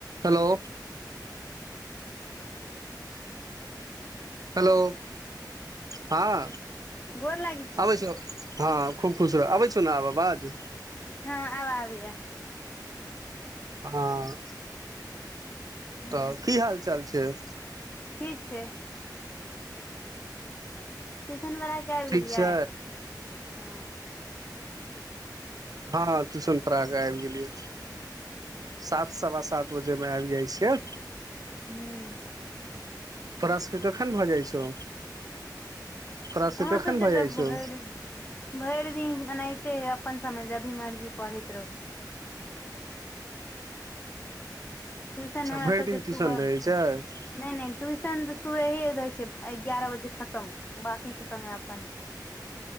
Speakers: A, on the right; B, on the left.
A: Hello hello हां
B: गोर लागै छी
A: आबैछीइऔ हँअ् खूब खुश रह आबैइछौ ने आब आवाज
B: हँअ् आब आबैय
A: हां
B: हूँ
A: तऽ की हाल चाल छैइ
B: ठीक छै शन पढ़ा के आबि
A: ठीक
B: गेलियै
A: छै
B: हं
A: हँ ट्यूशन पढ़ा कऽ आबि गेलियै सात सवा सात बजे में आबि जाइ छियै
B: हूंअ्
A: तोरासके कखन भऽ जाइ छौ तोरा
B: हमरा
A: कखन
B: सबके
A: भऽ
B: तऽ
A: जाइ
B: भरि
A: छौ
B: भरि दिन एनाहिते है अपन समय जभी मर्जी पढ़ैत रहू ट्यूशन
A: अच्छा
B: हमरा
A: भरि
B: सबके
A: दिन
B: सुबह
A: ट्यूशन रहै छै
B: हं नई नई ट्यूशन सुबेहे रहैइ छैइ एगारह बजे खतम बाकी के समय अपन <inaudible>